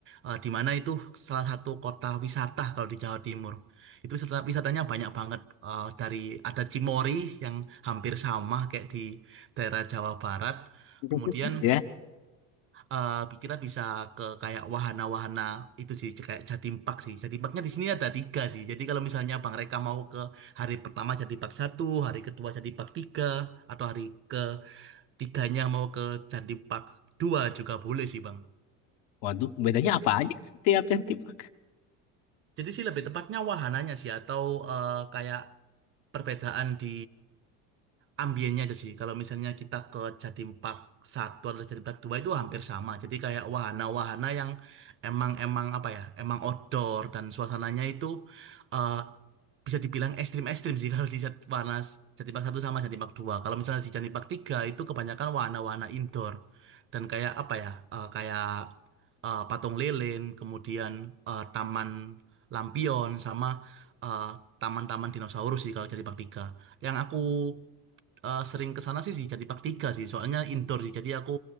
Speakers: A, on the right (about 35°); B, on the left (about 75°).
A: eh, di mana itu salah satu kota wisata kalau di Jawa Timur. Itu wisata- wisatanya banyak banget. Eh, dari ada Cimory yang hampir sama kayak di daerah Jawa Barat.
B: <laughs>
A: Kemudian
B: ya
A: eh kita bisa ke kayak wahana-wahana itu sih kayak Jatim Park sih. Jatim Parknya di sini ada tiga sih. Jadi kalau misalnya Bang Reka mau ke hari pertama Jatim Park satu, hari kedua Jatim Park tiga, atau hari ketiganya mau ke Jatim Park dua juga boleh sih Bang.
B: waduh bedanya apa aja setiap yang tipe
A: Jadi sih lebih tepatnya wahananya sih atau eh, kayak perbedaan di ambiennya aja sih. Kalau misalnya kita ke Jatim Park Satu atau Jatim Park 2 itu hampir sama. Jadi kayak wahana-wahana yang emang emang apa ya? Emang outdoor dan suasananya itu eh, bisa dibilang ekstrim-ekstrim sih <laughs> kalau di Jat- wahana Jatim Park Satu sama Jatim Park 2. Kalau misalnya di Jatim Park 3 itu kebanyakan wahana-wahana indoor dan kayak apa ya? eh, kayak eh, patung lilin, kemudian eh, taman lampion sama eh, taman-taman dinosaurus sih kalau Jatim Park 3. Yang aku eh, sering ke sana sih sih jadi praktika sih, soalnya indoor sih. Jadi aku